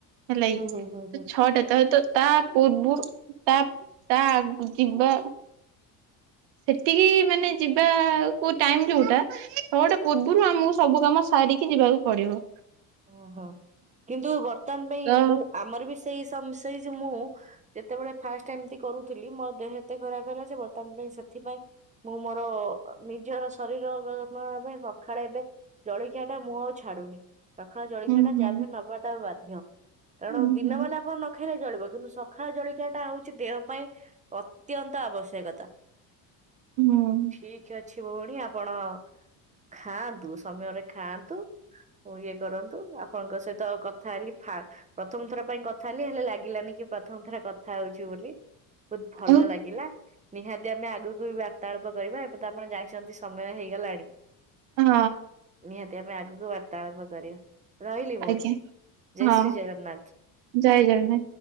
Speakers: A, on the right; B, on the right.
A: ଭଲା
B: ହୁଁ ହୁଁ ହୁଁ ହୁଁ।
A: ଛଅଟା ହେ ତ ତା ପୂର୍ବ ତା ତା ଆଗ ଯିବା ସେତିକି ମାନେ ଯିବାକୁ ଟାଇମ ଯୋଉଟା ସଉଟା ପୂର୍ବରୁ ଆମକୁ ସବୁ କାମ ସାରିକି ଯିବାକୁ ପଡିବ
B: ଓହୋ କିନ୍ତୁ ବର୍ତ୍ତମାନ ପାଇଁ
A: ତ
B: ମୁଁ ଆମର ବି ସେଇ ମୁଁ ଯେତେବେଳେ ଫାଷ୍ଟ ଏମତି କରୁଥିଲି ମୋ ଦେହ ଏତେ ଖରାପ ହେଲା ସେ ବର୍ତ୍ତମାନ ପାଇଁ ସେ ସେଥିପାଇଁ ମୁଁ ମୋର ନିଜର ଶରୀର ଯତ୍ନ ପାଇଁ ସକାଳେ ଏବେ ଜଳଖିଆ ମୁଁ ଆଉ ଛଡୁନି। ରଖଣା ଜଳଖିଆ
A: ହୁଁ
B: ଟା
A: ହୁଁ
B: ଯାବେ ନବାଟା ବାଧ୍ୟ କାରଣ
A: ହୁଁ
B: ଦିନ
A: ହୁଁ
B: ମେ ଆପଣ ନଖ ସଖ ଜଳିବ କିନ୍ତୁ ସକାଳେ ଜଳଖିଆ ଟା ହୋଉଚି ଦେହ ପାଇଁ ଅତ୍ୟନ୍ତ ଆବଶ୍ୟକତା।
A: ହୁଁ
B: ଠିକ ଅଛି। କିଛି ଭଉଣୀ ଆପଣ ଖାଆନ୍ତୁ ସମୟରେ ଖାଆନ୍ତୁ ଇଏ କରନ୍ତୁ ଆପଣଙ୍କ ସହିତ ତ କଥା ହେଲି ପ୍ରଥମ ଥର ପାଇଁ କଥା ହେଲି ହେଲେ ଲାଗିଲାନି କି ପ୍ରଥମ ଥର କଥା ହୋଉଚି ବୋଲି ବହୁତ ଭଲ
A: ଆଉ
B: ଲାଗିଲା। ନିହାତି ଆମେ ଆଗକୁ ବି ବାର୍ତ୍ତାଳାପ କରିବା ଏବେ ତ ଆପଣ ଜାଇଛନ୍ତି ସମୟ ହେଇଗଲାଣି।
A: ହଁ।
B: ନିହାତିମ ଆଗକୁ ବାର୍ତ୍ତାଳାପ କରିବା। ରହିଲି ଭୋଉଣୀ
A: ଆଜ୍ଞା
B: ଜୟେ
A: ହଁ
B: ଶ୍ରୀଜଗନ୍ନାଥ।
A: ଜୟ ଜଗନ୍ନାଥ।